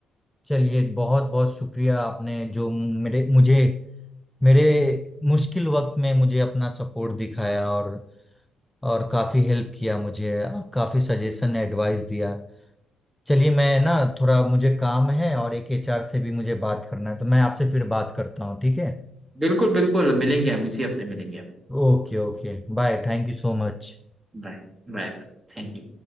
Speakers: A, in the centre; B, on the right.
A: चलिए बहुत बहुत शुक्रिया आपने जो मेरे मुझे मेरे मुश्किल वक्त में मुझे अपना सपोर्ट दिखाया और और काफी हेल्प किया मुझे और काफी सजेशन एडवाइस दिया चलिए मैं ना थोड़ा मुझे काम है और एक एचआर से भी मुझे बात करना है तो मैं आपसे फिर बात करता हूँ ठीक है
B: बिल्कुल बिल्कुल मिलेंगे हम इसी हफ्ते मिलेंगे हम।
A: Okay okay bye thank you so much
B: बाय बाय Thank you